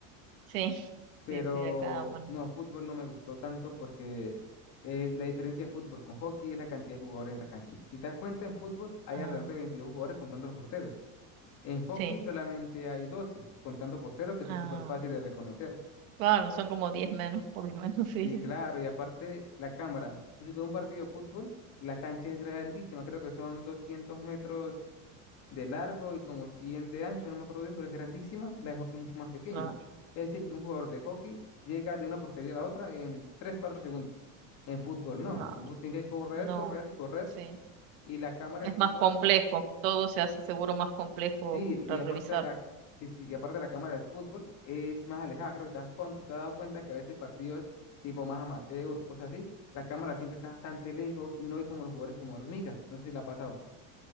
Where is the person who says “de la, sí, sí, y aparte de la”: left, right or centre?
Left